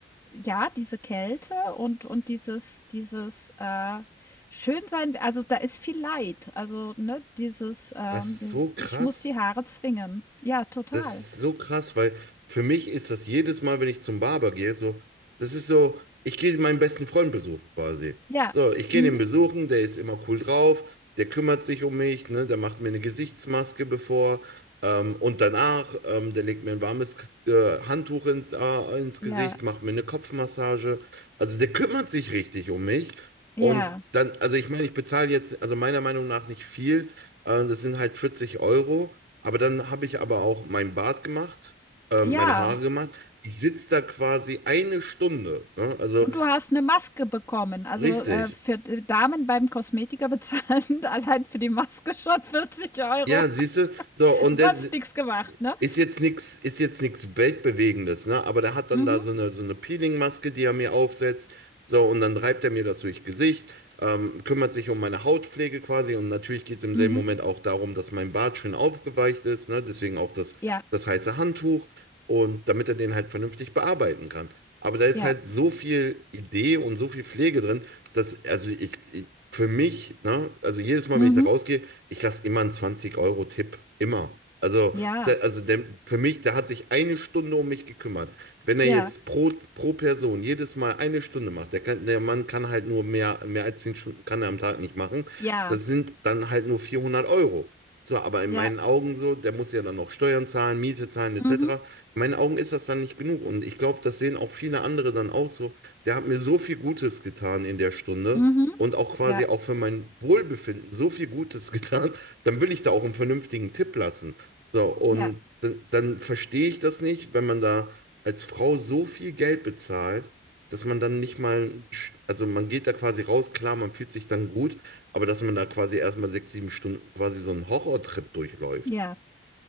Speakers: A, on the left (about 15°); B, on the right (about 70°).
A: ja, diese Kälte und, und dieses, dieses äh, Schönsein, also da ist viel Leid. Also, ne, dieses, ähm,
B: Das ist so krass.
A: ich muss die Haare zwingen. Ja, total.
B: Das ist so krass, weil für mich ist das jedes Mal, wenn ich zum Barber gehe, so, das ist so, ich gehe meinen besten Freund besuchen quasi.
A: Ja,
B: So, ich gehe
A: mhm.
B: ihn besuchen, der ist immer cool drauf, der kümmert sich um mich, ne, der macht mir eine Gesichtsmaske bevor ähm, und danach, ähm, der legt mir ein warmes äh, Handtuch ins, äh, ins
A: Ja,
B: Gesicht, macht mir eine Kopfmassage. Also der kümmert sich richtig um mich.
A: ja,
B: Und dann, also ich meine, ich bezahle jetzt, also meiner Meinung nach nicht viel, äh, das sind halt 40 Euro. Aber dann habe ich aber auch mein Bart gemacht, äh,
A: ja.
B: meine Haare gemacht. Ich sitze da quasi eine Stunde. Ne? Also
A: Und du hast eine Maske bekommen. Also
B: richtig.
A: äh, für äh, Damen beim Kosmetiker bezahlen <laughs> allein für die Maske schon 40 Euro.
B: Ja, siehst du, so und
A: sonst
B: dann
A: nichts gemacht, ne?
B: Ist jetzt nichts, ist jetzt nichts Weltbewegendes, ne? Aber der hat dann
A: Mhm,
B: da so eine, so eine Peeling-Maske, die er mir aufsetzt. So, und dann reibt er mir das durchs Gesicht, ähm, kümmert sich um meine Hautpflege quasi. Und natürlich geht es im
A: mhm.
B: selben Moment auch darum, dass mein Bart schön aufgeweicht ist, ne? Deswegen auch das,
A: Ja,
B: das heiße Handtuch. Und damit er den halt vernünftig bearbeiten kann. Aber da ist
A: ja.
B: halt so viel Idee und so viel Pflege drin, dass, also ich, ich für mich, ne? Also jedes Mal,
A: Mhm.
B: wenn ich da rausgehe, ich lasse immer einen zwanzig euro tipp Immer. Also
A: Ja,
B: da, also der, für mich, der hat sich eine Stunde um mich gekümmert. Wenn er
A: ja,
B: jetzt pro, pro Person jedes Mal eine Stunde macht, der kann, der Mann kann halt nur mehr, mehr als zehn Stunden kann er am Tag nicht machen.
A: ja,
B: Das sind dann halt nur 400 Euro. So, aber in
A: ja.
B: meinen Augen so, der muss ja dann noch Steuern zahlen, Miete zahlen, etc.
A: Mhm,
B: In meinen Augen ist das dann nicht genug. Und ich glaube, das sehen auch viele andere dann auch so. Der hat mir so viel Gutes getan in der Stunde
A: mhm.
B: und auch quasi
A: Ja,
B: auch für mein Wohlbefinden so viel Gutes <laughs> getan, dann will ich da auch einen vernünftigen Tipp lassen. So, und
A: ja,
B: dann, dann verstehe ich das nicht, wenn man da als Frau so viel Geld bezahlt, dass man dann nicht mal, also man geht da quasi raus, klar, man fühlt sich dann gut, aber dass man da quasi erstmal sechs, sieben Stunden quasi so einen Horrortrip durchläuft.
A: ja.